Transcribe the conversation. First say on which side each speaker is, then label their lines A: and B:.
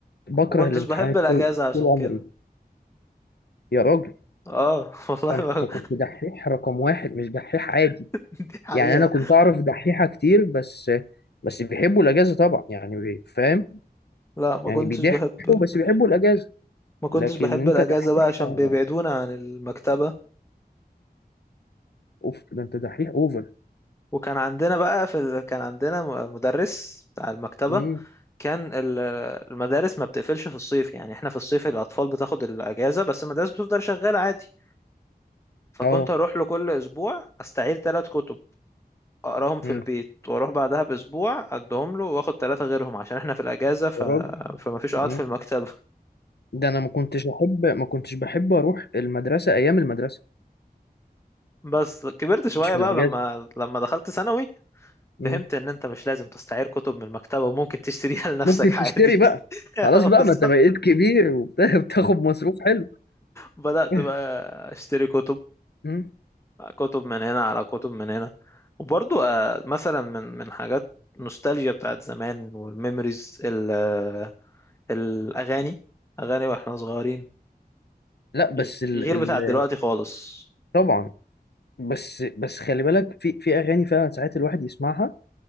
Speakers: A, on the left; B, on the left.
A: بكره
B: ما كنتش
A: الامتحانات
B: بحب الاجازه
A: طول
B: عشان
A: طول عمري
B: كده
A: يا راجل
B: اه <laughs> والله
A: ده انت
B: ما...
A: كنت دحيح رقم واحد مش دحيح عادي
B: دي حقيقه
A: يعني انا كنت اعرف دحيحه كتير بس بس بيحبوا الاجازه طبعا يعني بي- فاهم
B: لا ما
A: يعني
B: كنتش
A: بيضحكوا
B: بحب ال...
A: بس بيحبوا الاجازه
B: ما كنتش
A: لكن
B: بحب
A: انت
B: الاجازه
A: دحيح
B: بقى عشان
A: آه،
B: بيبعدونا عن المكتبه
A: اوف ده انت دحيح اوفر
B: وكان عندنا بقى في ال... كان عندنا م- مدرس بتاع المكتبه
A: امم
B: كان ال- المدارس ما بتقفلش في الصيف يعني احنا في الصيف الاطفال بتاخد الاجازه بس المدارس بتفضل شغاله عادي فكنت
A: اه
B: اروح له كل اسبوع استعير ثلاث كتب اقراهم في
A: امم
B: البيت واروح بعدها باسبوع ادهم له واخد ثلاثه غيرهم عشان احنا في الاجازه ف...
A: يا راجل
B: فما فيش قعد
A: امم
B: في المكتبه
A: ده انا ما كنتش احب ما كنتش بحب اروح المدرسه ايام المدرسه
B: بس كبرت شوية
A: مش في
B: بقى
A: الاجازه
B: لما لما دخلت ثانوي
A: امم
B: فهمت ان انت مش لازم تستعير كتب من المكتبة وممكن تشتريها <laughs> لنفسك
A: ممكن
B: عادي
A: تشتري بقى
B: <laughs>
A: خلاص
B: آه،
A: بقى
B: بالظبط
A: ما انت بقيت كبير وبتاخد <laughs> مصروف حلو
B: بدأت
A: <laughs>
B: بقى اشتري كتب
A: امم
B: كتب من هنا على كتب من هنا وبرضو آه، مثلا من من حاجات نوستالجيا بتاعت زمان والميموريز ال- آه، الاغاني اغاني واحنا صغيرين
A: لا بس
B: غ-
A: ال...
B: غير
A: ال...
B: بتاعت دلوقتي خالص
A: طبعا بس بس خلي بالك في في اغاني فعلا ساعات الواحد يسمعها